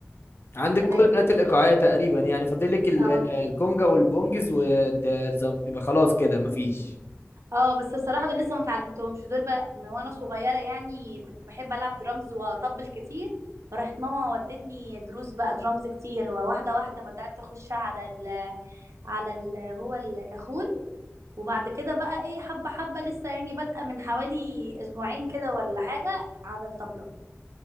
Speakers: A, on the left; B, on the right.
A: عندك
B: ثلاثه
A: كل الالات الايقاعيه تقريبا يعني فاضل لك ال-
B: اه
A: الكونجا والبونجز ويبقى خلاص كده مفيش
B: اه بس بصراحه دول لسه ما اتعلمتهمش دول بقى من وانا صغيره يعني كنت بحب العب درامز واطبل كتير فراحت ماما ودتني دروس بقى درامز كتير وواحده واحده بدات اخش على ال على ال هو الكاخون وبعد كده بقى ايه حبه حبه لسه يعني بادئه من حوالي اسبوعين كده ولا حاجه على الطبله